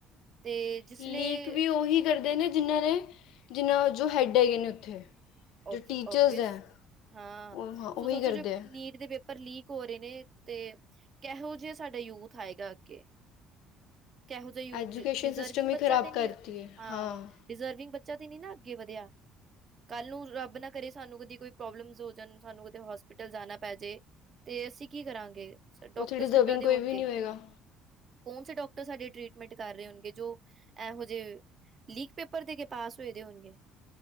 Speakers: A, on the right; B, on the left.
A: ਤੇ ਜਿਸ
B: ਲੀਕ
A: ਲਈ
B: ਵੀ ਓਹੀ ਕਰਦੇ ਨੇ ਜਿਨ੍ਹਾਂ ਨੇ, ਜਿੰਨ੍ਹਾਂ ਜੋ ਹੈੱਡ ਹੈਗੇ ਨੇ ਉੱਥੇ।
A: ਓਵ-ਓਵਿਅਸ,
B: ਜੋ ਟੀਚਰਸ ਹੈ
A: ਹਾਂ
B: ਉਹ ਹਾਂ ਉਹੀ
A: ਸੋ ਸੋਚੋ
B: ਕਰਦੇ
A: ਜੋ
B: ਆ
A: ਨੀਟ ਦੇ ਪੇ ਪਰ ਲੀਕ ਹੋ ਰੇ ਨੇ ਤੇ ਕੈਹੋ ਜਾ ਸਾਡਾ ਯੂਥ ਆਏਗਾ ਅੱਗੇ। ਕੈਹੋ ਜਾ ਯੂਥ
B: ਐਜੂਕੇਸ਼ਨ
A: ਡਿ-ਡਿਜ਼ਰਵਿੰਗ
B: ਸਿਸਟਮ ਹੀ
A: ਬੱਚਾ
B: ਖਰਾਬ
A: ਤੇ ਨੀ,
B: ਕਰਤੀ ਹੈ
A: ਆਂ।
B: ਹਾਂ
A: ਡਿਜ਼ਰਵਿੰਗ ਬੱਚਾ ਤੇ ਨੀ ਨਾ ਅੱਗੇ ਵਧਿਆ। ਕੱਲ ਨੂੰ ਰਬ ਨਾ ਕਰੇ ਸਾਨੂੰ ਕਦੀ ਕੋਈ ਪ੍ਰੋਬਲਮਸ ਹੋ ਜਾਣ, ਸਾਨੂੰ ਕਦੇ ਹੋਸਪਿਟਲ ਜਾਨਾ ਪੈਜੇ ਤੇ ਅਸੀਂ ਕੀ ਕਰਾਂਗੇ? ਡੋਕਟਰਸ
B: ਉੱਥੇ ਡਿਜ਼ਰਵਿੰਗ
A: ਕਿੱਦਾਂ ਦੇ
B: ਕੋਈ
A: ਹੋਣਗੇ,
B: ਵੀ ਨਹੀਂ ਹੋਏਗਾ
A: ਕੌਣ ਸੇ ਡੋਕ ਟਰ ਸਾਡੇ ਟ੍ਰੀਟਮੈਂਟ ਕਰ ਰਹੇ ਹੋਨਗੇ, ਜੋ ਐਹੋ ਜੇ ਲੀਕ ਪੇਪਰ ਦੇਕੇ ਪਾਸ ਹੋਏ ਦੇ ਹੋਣਗੇ,